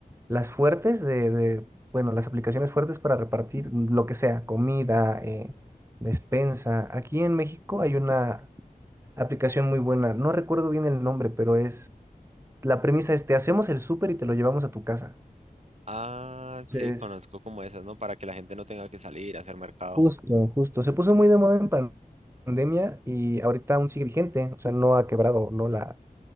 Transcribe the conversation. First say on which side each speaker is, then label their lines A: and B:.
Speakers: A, on the right; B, on the right.
A: las fuertes de, de, bueno, las aplicaciones fuertes para repartir lo que sea, comida, eh, despensa. Aquí en México hay una aplicación muy buena, no recuerdo bien el nombre, pero es... La premisa es, te hacemos el súper y te lo llevamos a tu casa.
B: Ah,
A: Entonces,
B: sí, conozco como esas, ¿no? Para que la gente no tenga que salir a hacer mercado.
A: justo, justo. Se puso muy de moda en pan- pandemia y ahorita aún sigue vigente. O sea, no ha quebrado, ¿no? La,